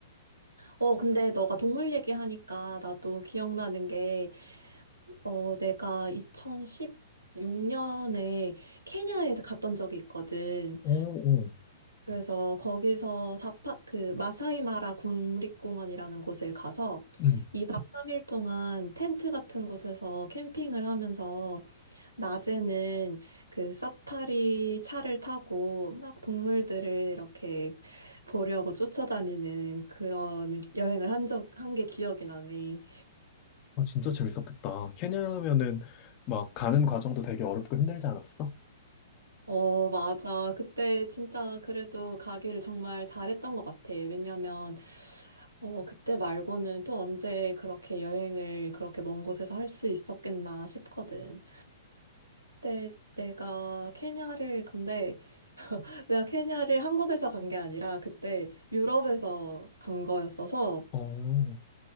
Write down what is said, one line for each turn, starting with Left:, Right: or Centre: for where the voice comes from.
Right: 어, 근데 너가 동물 얘기하니까 나도 기억나는 게, 어, 내가 2016년에 케냐에 갔던 적이 있거든.
Left: 오, 오.
Right: 그래서 거기서 사파, 그 마사이마라 국립공원이라는 곳을 가서
Left: 음.
Right: 이박 3일 동안 텐트 같은 곳에서 캠핑을 하면서 낮에는 그 사파리 차를 타고 막 동물들을 이렇게 보려고 쫓아다니는 그런 여행을 한 적, 한 게 기억이 나네.
Left: 아, 진짜 재밌었겠다. 케냐면은 막 가는 과정도 되게 어렵고 힘들지 않았어?
Right: 어, 맞아. 그때 진짜 그래도 가기를 정말 잘했던 것 같아. 왜냐면, 어, 그때 말고는 또 언제 그렇게 여행을 그렇게 먼 곳에서 할 수 있었겠나 싶거든. 그때 내가 케냐를, 근데 내가 케냐를 한국에서 간 게 아니라 그때 유럽에서 간 거였어서
Left: 어,